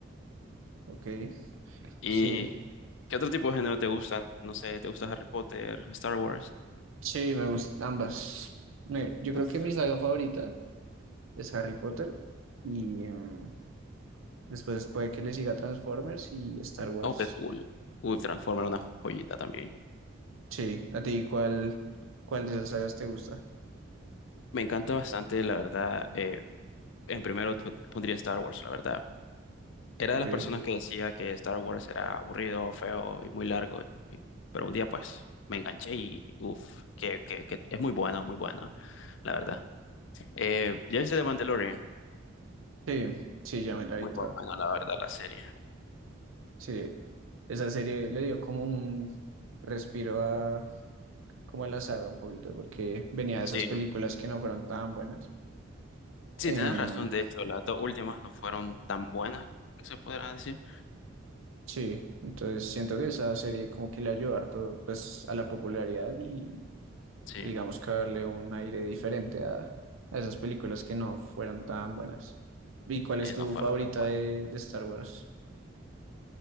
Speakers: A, on the right (about 85°); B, on the left (about 65°).
A: Ok,
B: <laughs> ¿Y
A: sí,
B: qué otro tipo de género te gusta? No sé, ¿te gusta Harry Potter, Star Wars?
A: sí, me gustan ambas. Me- yo
B: Uf,
A: creo que mi saga favorita es Harry Potter y, em, Después puede que le siga Transformers y Star Wars.
B: oh, qué cool. Uf, Transformer, una joyita también.
A: Sí, ¿a ti cuál, cuál de esas sagas te gusta?
B: Me encanta bastante, la verdad. eh, en primero tu- pondría Star Wars, la verdad. Era
A: Ok,
B: de las personas que decía que Star Wars era aburrido, feo y muy largo, y- pero un día pues me enganché y uff, que, que, que es muy buena, muy buena, la verdad. Eh, ¿ya viste
A: sí.
B: The Mandalorian?
A: Sí, sí, ya me la vi
B: Muy
A: toda.
B: buena, la verdad, la serie.
A: Sí, esa serie le dio como un respiro a, como a la saga un poquito, porque venía de
B: Sí.
A: esas películas que no fueron tan buenas.
B: Sí,
A: Em,
B: tienes razón. De hecho, las dos últimas no fueron tan buenas, que se podrá decir.
A: sí, entonces siento que esa serie como que le ayudó harto pues a la popularidad y
B: Sí,
A: y digamos que darle un aire diferente a, a esas películas que no fueran tan buenas. ¿Y cuál es
B: eh,
A: tu
B: no fueron.
A: favorita
B: tan-
A: de, de Star Wars?